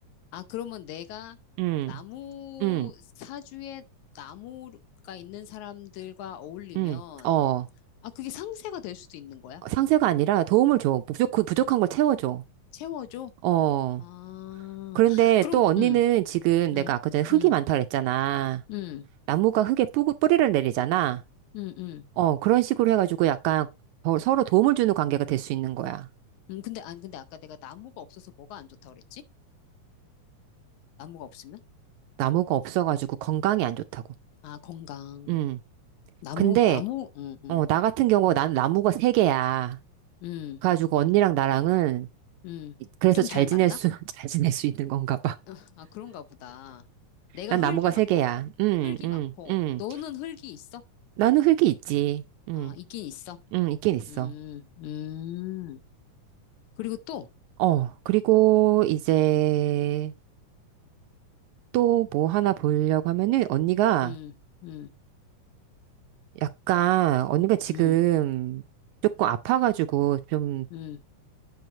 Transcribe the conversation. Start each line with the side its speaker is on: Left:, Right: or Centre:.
Left: 아, 그러면 내가
Right: 음,
Left: 나무,
Right: 음,
Left: 사주에 나무가 있는 사람들과 어울리면,
Right: 음, 어.
Left: 아, 그게 상쇄가 될 수도 있는 거야?
Right: 상쇄가 아니라 도움을 줘. 부족, 부족한 걸 채워줘.
Left: 채워줘?
Right: 어.
Left: 아,
Right: 그런데
Left: 그럼,
Right: 또 언니는
Left: 응,
Right: 지금 내가
Left: 응,
Right: 아까 전에 흙이
Left: 응,
Right: 많다 그랬잖아.
Left: 응,
Right: 나무가 흙에 뿌, 뿌리를 내리잖아.
Left: 응, 응.
Right: 어, 그런 식으로 해가지고 약간 더 서로 도움을 주는 관계가 될 수 있는 거야.
Left: 음, 근데, 아니, 근데 아까 내가 나무가 없어서 뭐가 안 좋다고 그랬지? 나무가 없으면?
Right: 나무가 없어가지고 건강이 안 좋다고.
Left: 아, 건강.
Right: 음.
Left: 나무,
Right: 근데
Left: 나무, 응, 응,
Right: 어, 나 같은 경우 난 나무가 세 개야.
Left: 응,
Right: 그래가지고 언니랑 나랑은
Left: 응.
Right: 그래서
Left: 좀
Right: 잘
Left: 잘 맞나?
Right: 지낼 수, <laughs> 잘 지낼 수 있는 건가 봐.
Left: <laughs> 아, 그런가 보다. 내가
Right: 난
Left: 흙이
Right: 나무가
Left: 막,
Right: 세 개야.
Left: 너,
Right: 응
Left: 흙이
Right: 응
Left: 많고,
Right: 응.
Left: 너는 흙이 있어?
Right: 나는 흙이 있지. 응
Left: 아, 있긴 있어.
Right: 응 있긴 있어.
Left: 음, 음. 그리고 또,
Right: 어, 그리고 이제 또 뭐 하나 보려고 하면은 언니가
Left: 음, 음,
Right: 약간 언니가 지금
Left: 음,
Right: 조금 아파가지고 좀
Left: 음,